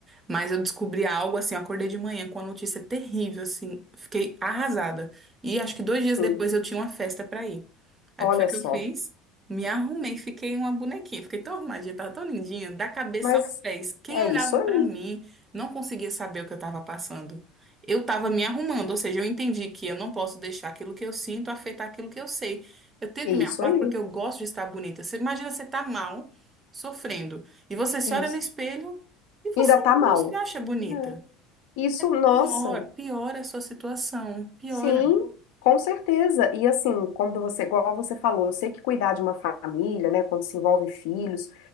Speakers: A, on the right; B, on the left.
A: Mas eu descobri algo assim, eu acordei de manhã com uma notícia terrível, assim, fiquei arrasada. E acho que dois dias
B: Sim,
A: depois eu tinha uma festa pra ir. Aí
B: olha
A: o que foi que
B: só.
A: eu fiz? Me arrumei, fiquei uma bonequinha, fiquei tão arrumadinha, tava tão lindinha, da cabeça
B: Mas
A: aos pés. Quem
B: é
A: olhava
B: isso aí.
A: pra mim não conseguia saber o que eu tava passando. Eu tava me arrumando, ou seja, eu entendi que eu não posso deixar aquilo que eu sinto afetar aquilo que eu sei. Eu tenho
B: É
A: que
B: isso
A: me arrumar
B: aí.
A: porque eu gosto de estar bonita. Você imagina você tá mal, sofrendo, e você se
B: é
A: olha
B: Isso.
A: no espelho. E você
B: Ainda tá mal.
A: não se acha bonita?
B: É. Isso,
A: É pior,
B: nossa.
A: piora a sua situação, piora.
B: Sim, com certeza. E assim, quando você, igual você falou, eu sei que cuidar de uma família, né, quando se envolve filhos,